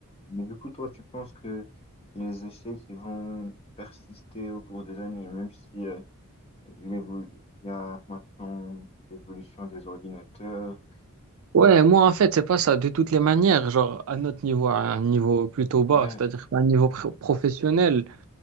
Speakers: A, on the left; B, on the right.
A: Mais du coup, toi, tu penses que les échecs ils vont persister au cours des années, même si euh, l'évo- il y a maintenant l'évolution des ordinateurs.
B: Ouais, moi, en fait, c'est pas ça, de toutes les manières, genre, à notre niveau, à un niveau plutôt
A: Ouais,
B: bas, c'est-à-dire à un niveau pro- professionnel,